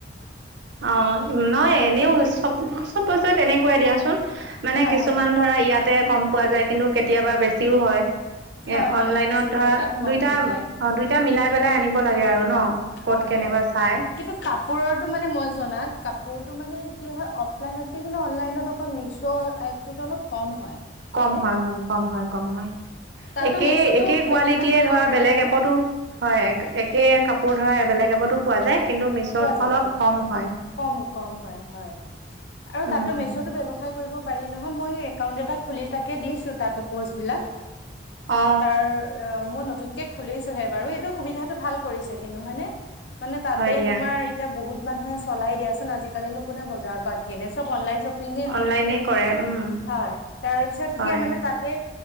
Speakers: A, on the right; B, on the left.
A: অ নই এনেও চব চব পইচা তেনেকুৱাই দিয়াচোন মানে
B: হয়
A: কিছুমান
B: হয়
A: ধৰা ইয়াত কম পোৱা যায় কিন্তু কেতিয়াবা বেছিও হয় এ
B: হয় হয়
A: অনলাইনত
B: বেছি
A: ধৰা
B: হয় তাত কম
A: দুইটা
B: হৈ যায়
A: অ দুইটা মিলাই পেলাই আনিব লাগে আৰু ন
B: হয়
A: কত কেনেবা
B: হয়
A: চাই
B: কিন্তু কাপোৰৰটো মানে মই জনাত কাপোৰটো মানে কি হয় অফলাইনতকৈ কিন্তু অনলাইনত অ মিছো এপটোতো অলপ কম হয়
A: কম
B: হয়নে?
A: হয় উ কম হয় কম হয়
B: তাতো
A: একে
B: মিছোতো
A: একে কোৱালিটে
B: ব্যৱসায় কৰিব
A: ধৰা
B: পাৰি
A: বেলেগ
B: নহয়
A: এপতো হয় একে কাপোৰ ধৰা বেলেগ পতো পোৱা যায় কিন্তু মিছত
B: পোৱা যায়
A: অলপ
B: পোৱা যায়
A: কম হয়
B: কম কম হয় হয় আৰু
A: উম
B: তাতো
A: উম
B: মেচতো ব্যয়ৱসায় কৰিব পাৰি নহয় মোৰো হেই একাউণ্ট এটা খুলি তাকে দিছিলোঁ তাতো পোষ্ট বিলাক
A: অ
B: তাৰ মনত নতুনকে খুলিছোহে বাৰু এইটো সুবিধাটো ভাল কৰিছে কিন্তু হয়নেে মানে তাতে
A: হয় দিয়া
B: তোমাৰ এতিয়া বহুত মানুহে চলাই দিয়াচুন আজিকালিনো কোনে বজাৰলৈ জাৰ পা এনে চব অনলাইন শ্বপিঙে হ'ল
A: অনলাইনে কৰে উম
B: হয় তাৰ পিছত
A: হয়
B: সে মানে তাতে